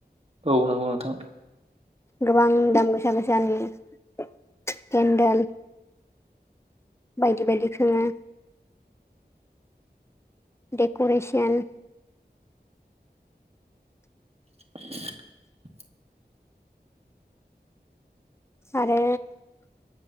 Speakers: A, on the right; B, on the left.
A: औ नंगौ नोंथां
B: गोबां दाम गोसा गोसानि पेन्देल बायदि बायदि खोङो डेक'रेसन
A: <inaudible>
B: आरो